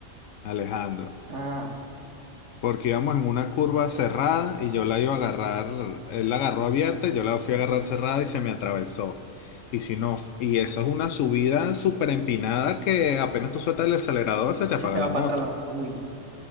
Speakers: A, on the left (about 75°); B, on the right (about 65°).
A: Alejandro.
B: Ah.
A: porque íbamos en una curva cerrada y yo la iba a agarrar, él la agarró abierta y yo la fui a agarrar cerrada y se me atravesó. Y si no, y eso es una subida súper empinada que apenas tú sueltas el acelerador se te apaga
B: se te
A: la
B: va
A: moto.
B: para atrás la mano. Uy,